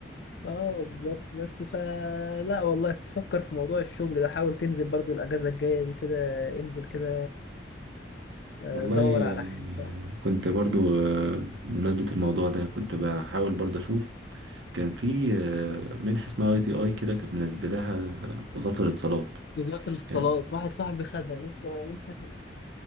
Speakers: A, on the left; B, on the right.
A: اه بالظبط بس فا لا والله فكر في موضوع الشغل ده حاول تنزل برضو الاجازه الجايه دي كده انزل كده آه،
B: والله
A: دور على
B: آه،
A: حاجه
B: كنت برضو آه، بمناسبة الموضوع ده كنت بحاول برضو أشوف كان في آه، منحة اسمها اي تي اي كده كانت منزلاها وزارة الاتصالات
A: وزاره الاتصالات
B: يعني
A: واحد صاحبي خدها لسه لسه